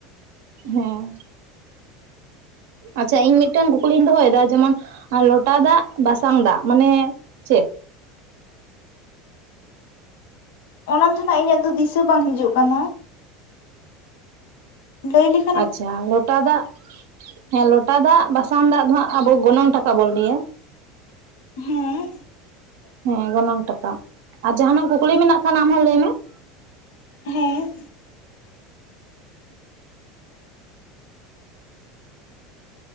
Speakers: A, on the right; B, on the left.
A: ᱦᱮᱸ ᱾ ᱟᱪᱪᱷᱟ, ᱤᱧ ᱢᱤᱫᱴᱟᱹᱝ ᱠᱩᱠᱞᱤᱧ ᱫᱚᱦᱚᱭᱮᱫᱟ ᱡᱮᱢᱚᱱ ᱞᱚᱴᱟ ᱫᱟᱜ, ᱵᱟᱥᱟᱝ ᱫᱟᱜ ᱢᱟᱱᱮ ᱪᱮᱫ?
B: ᱚᱱᱟ ᱫᱚ ᱱᱟᱜ ᱤᱧᱟᱹᱜ ᱫᱚ ᱫᱤᱥᱟᱹ ᱵᱟᱝ ᱦᱤᱡᱩᱜ ᱠᱟᱱᱟ ᱾ ᱞᱟᱹᱭ ᱞᱮᱠ
A: ᱟᱪᱪᱷᱟ, ᱞᱚᱴᱟ ᱫᱟᱜ ᱦᱮᱸ, ᱞᱚᱴᱟ ᱫᱟᱜ ᱵᱟᱥᱟᱝ ᱫᱟᱜ ᱫᱚ ᱦᱟᱸᱜ ᱟᱵᱚ ᱜᱚᱱᱚᱝ ᱴᱟᱠᱟ ᱵᱚᱱ ᱞᱟᱹᱭᱟ ᱾
B: ᱦᱮᱸ ᱾
A: ᱦᱮᱸ, ᱜᱚᱱᱚᱝ ᱴᱟᱠᱟ ᱟᱨ ᱡᱟᱦᱱᱟᱜ ᱠᱩᱠᱞᱤ ᱢᱮᱱᱟᱜ ᱠᱷᱟᱱ ᱟᱢ ᱦᱚᱸ ᱞᱟᱹᱭ ᱢᱮ ᱾
B: ᱦᱮᱸ